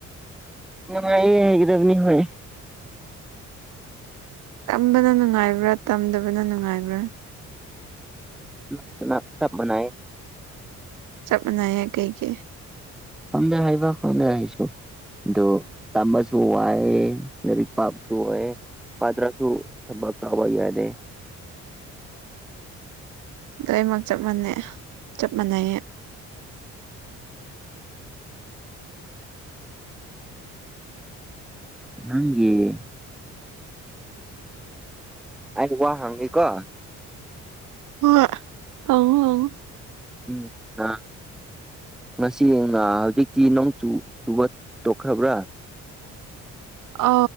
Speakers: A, in the centre; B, on the right.
A: ꯅꯨꯡꯉꯥꯏꯌꯦ ꯍꯥꯏꯒꯗꯕꯅꯤ ꯍꯣꯏ
B: ꯇꯝꯕꯅ ꯅꯨꯡꯉꯥꯏꯕ꯭ꯔꯥ ꯇꯝꯗꯕꯅ ꯅꯨꯡꯉꯥꯏꯕ꯭ꯔꯥ
A: <unintelligible> ꯆꯞ ꯃꯅꯥꯏ
B: ꯆꯝ ꯃꯥꯅꯩꯌꯦ ꯀꯩꯒꯤ
A: ꯈꯪꯗꯦ ꯍꯥꯏꯕ ꯈꯪꯗꯦ ꯍꯥꯏꯁꯨ ꯑꯗꯨ ꯇꯝꯕꯁꯨ ꯋꯥꯏ ꯂꯥꯏꯔꯤꯛ ꯄꯥꯕꯁꯨ ꯋꯥꯏꯌꯦ ꯄꯥꯇ꯭ꯔꯁꯨ ꯊꯕꯛ ꯇꯩꯕ ꯌꯥꯗꯦ
B: ꯂꯣꯏꯃꯛ ꯆꯞ ꯃꯥꯟꯅꯩ ꯆꯞ ꯃꯥꯟꯅꯩꯌꯦ
A: ꯅꯪꯒꯤ- ꯑ ꯋꯥ ꯍꯪꯒꯦꯀꯣ
B: ꯍꯣꯏ ꯍꯪꯉꯨ ꯍꯪꯉꯨ
A: ꯎꯝ ꯑ ꯉꯁꯤ ꯍꯧꯖꯤꯛꯇꯤ ꯅꯣꯡ ꯆꯨꯕ ꯇꯣꯛꯈ꯭ꯔꯕ꯭ꯔꯥ
B: ꯑ